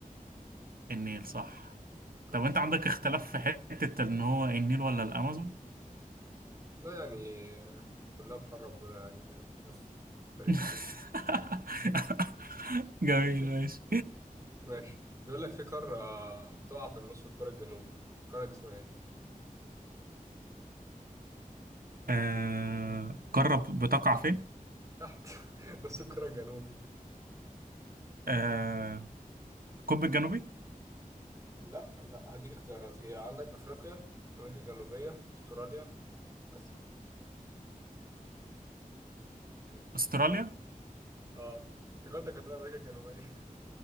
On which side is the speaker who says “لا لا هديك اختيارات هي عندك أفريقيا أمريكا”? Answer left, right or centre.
Right